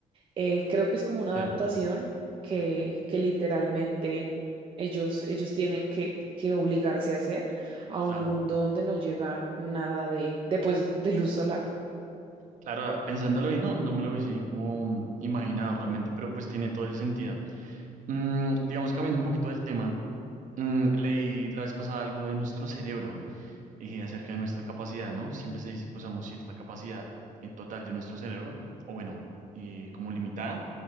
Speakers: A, on the right; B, on the right.
A: Eh, creo que es como una
B: sí,
A: adaptación que, que literalmente ellos, ellos tienen que, que obligarse a hacer a un
B: claro.
A: mundo donde no llega nada de, de, pues, de luz solar.
B: Claro, pensándolo bien, no, no me lo hubiese como mm, imaginado realmente, pero pues tiene todo el sentido. Mm, digamos, cambiando un poquito del tema, Mm, leí la vez pasada algo de nuestro cerebro y acerca de nuestra capacidad, ¿no? Siempre se dice que usamos cierta capacidad en total de nuestro cerebro, o bueno, eh, como limitada,